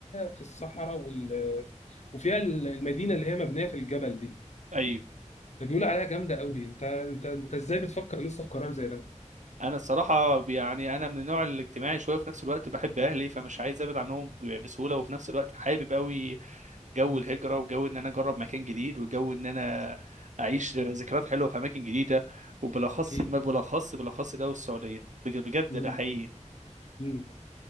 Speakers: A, on the left (about 60°); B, on the right (about 70°).
A: في الصحراء وال... وفيها المدينه اللي هي مبنيه في الجبل دي
B: ايوه
A: ده بيقول عليها جامده قوي انت انت انت ازاي بتفكر لسه في قرار زي ده
B: انا الصراحه يعني انا من النوع الاجتماعي شويه في نفس الوقت بحب اهلي فمش عايز ابعد عنهم بسهوله وفي نفس الوقت حابب قوي جو
A: مم.
B: الهجره وجو ان انا اجرب مكان جديد وجو ان انا اعيش ذكريات حلوه في اماكن جديده وبالاخص
A: اكيد
B: ما بالاخص بالاخص ده والسعوديه بج- بجد
A: مم.
B: ده حقيقي
A: مم.